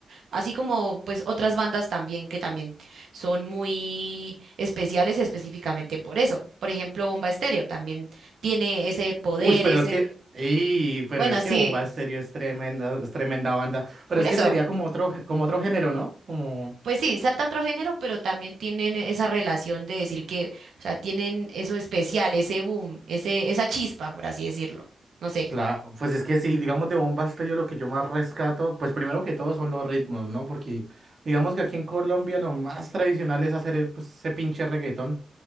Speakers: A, on the right; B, on the right.
A: Así como pues otras bandas también que también son muy especiales específicamente por eso. Por ejemplo, Bomba Estéreo también tiene ese poder,
B: Uy, pero
A: ese,
B: es que, ey, pero
A: bueno,
B: es
A: sí,
B: que Bomba Estéreo
A: s-
B: es tremenda, es tremenda banda. Pero
A: por
B: es
A: eso.
B: que sería como otro, gé- como otro género, ¿no? Como
A: Pues sí, salta otro género, pero también tienen esa relación de decir que, o sea, tienen eso especial, ese boom, ese, esa chispa, por así decirlo. No sé.
B: Claro, pues es que si digamos de bomba estéreo lo que yo más rescato, pues primero que todo son los ritmos, ¿no? Porque digamos que aquí en Colombia lo más tradicional es hacer eh, pues, ese pinche reggaetón,